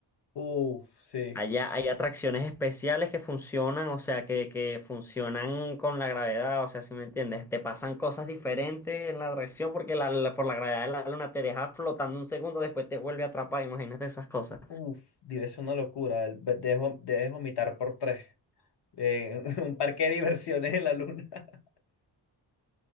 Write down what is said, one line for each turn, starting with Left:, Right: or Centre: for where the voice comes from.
Left: Uf, sí.
Centre: Allá hay atracciones especiales que funcionan, o sea, que, que funcionan con la gravedad, o sea, si me entiendes? Te pasan cosas diferentes en la atracción porque la, la- por la gravedad de la luna te deja flotando un segundo, después te vuelve a atrapar, imagínate esas cosas.
Left: Uf, debe ser una locura. el- Debes, vom- debes vomitar por tres. eh, <laughs> un parque de diversiones en la luna. <laughs>